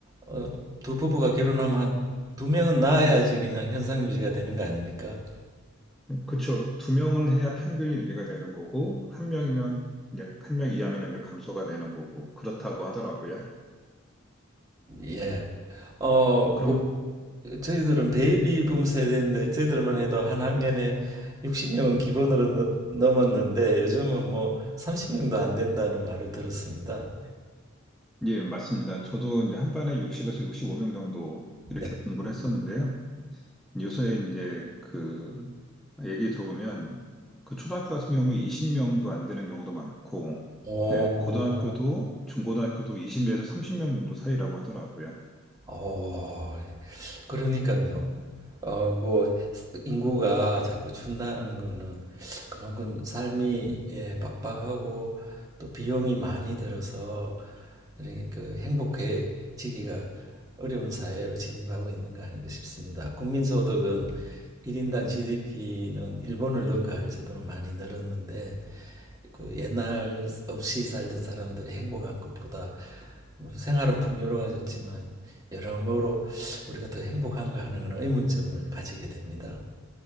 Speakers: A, on the right; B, in the centre.
A: 어, 두 부부가 결혼하면 한 두 명은 낳아야지 그냥 현상 유지가 되는 거 아닙니까?
B: 그렇죠. 두 명을 해야 평균이 유지가 되는 거고 한 명이면 이제 한 명 이하면 이제 감소가 되는 거고 그렇다고 하더라고요.
A: 예. 어,
B: 그러면
A: 뭐 저희들은 베이비붐 세대인데 저희들만 해도 한 학년에 60명은 기본으로 넘- 넘었는데 요즘은 뭐 30명도 안 된다는 말을 들었습니다.
B: 예, 맞습니다. 저도 이제 한반에 60에서 65명 정도 이렇게
A: 네.
B: 공부를 했었는데요. 요새 이제 그 얘기 들어보면 그 초등학교 같은 경우에 20명도 안 되는 경우도 많고,
A: 오,
B: 네, 고등학교도 중고등학교도 20에서 30명 정도 사이라고 하더라고요.
A: 어, 그러니까요 어, 뭐, 인구가 자꾸 준다는 거는 그만큼 삶이, 예, 빡빡하고 또 비용이 많이 들어서 이렇게 그 행복해지기가 어려운 사회로 진입하고 있는 거 아닌가 싶습니다. 국민소득은 1인당 GDP는 일본을 능가할 정도로 많이 늘었는데 그 옛날 없이 살던 사람들이 행복한 것보다 뭐 생활은 풍요로워졌지만 여러모로 우리가 더 행복한가 하는 그런 의문점을 가지게 됩니다.